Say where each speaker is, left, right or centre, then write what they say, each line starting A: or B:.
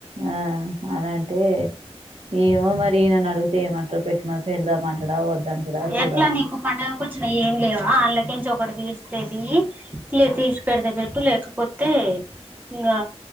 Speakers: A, on the right (about 70°); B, on the right (about 15°).
A: ఆ అలాంటే ఏమో మరి ఈయనన్ను అడిగితే ఏమంటారు పెట్టమ పెడదామంటాడా వద్దంటాడా చూడాలి
B: ఎట్లా నీకు పండగ కూచు ఏం లేవా అళ్ళకి అక్కడ తీస్తేది లే తీసి పెెడితే పెట్టు లేకపోతే ఇంకా